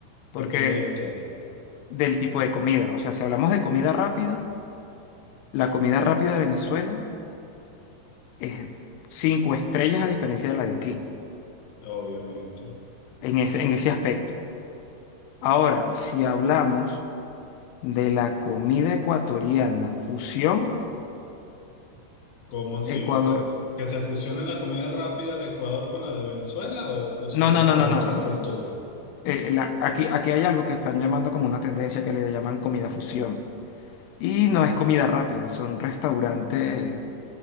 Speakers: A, on the left; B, on the left.
A: porque
B: Depende de qué,
A: del tipo de comida. O sea, si hablamos de comida rápida, la comida rápida de Venezuela es cinco estrellas a diferencia de la de aquí,
B: obviamente.
A: en ese, en ese aspecto. Ahora, si hablamos de la comida ecuatoriana, fusión,
B: ¿Cómo así?
A: Ecuador.
B: ¿Que, que se fusione la comida rápida de Ecuador con la de Venezuela o fusionada
A: No, no, no,
B: con
A: no,
B: otras
A: no.
B: culturas?
A: Eh, eh, la- aquí, aquí hay algo que están llamando como una tendencia que le llaman comida fusión. Y no es comida rápida, son restaurantes